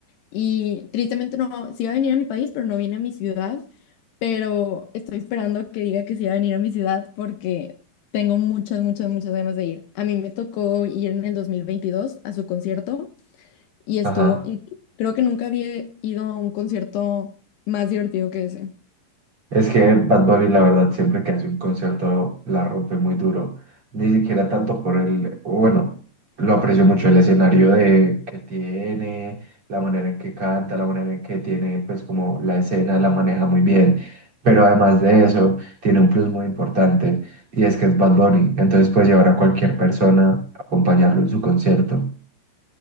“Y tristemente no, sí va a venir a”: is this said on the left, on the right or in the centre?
Left